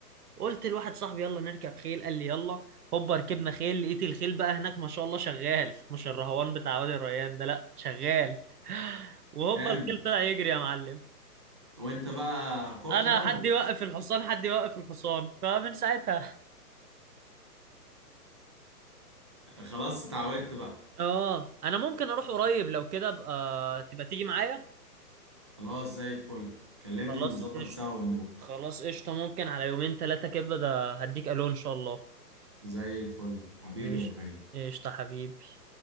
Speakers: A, on the right; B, on the right.
A: قلت لواحد صاحبي يلا نركب خيل قال لي يلا هوبا ركبنا خيل لقيت الخيل بقى هناك ما شاء الله شغال مش الرهوان بتاع وادي الريان ده لا شغال <laughs> وهوبا
B: جامد
A: الخيل طلع يجري يا معلم
B: وانت بقى خفت
A: انا
B: بقى
A: حد
B: وانت
A: يوقف الحصان حد يوقف الحصان فمن ساعتها
B: خلاص اتعودت بقى
A: اه انا ممكن اروح قريب لو كده ابقى تبقى تيجي معايا
B: خلاص زي الفل كلمني
A: خلاص
B: ونظبط
A: قشطة
B: سوا ونروح
A: خلاص قشطة ممكن على يومين ثلاثة كده ده هديك الو ان شاء الله
B: زي الفل حبيبي
A: ماشي
B: يا ابراهيم
A: قشطة حبيبي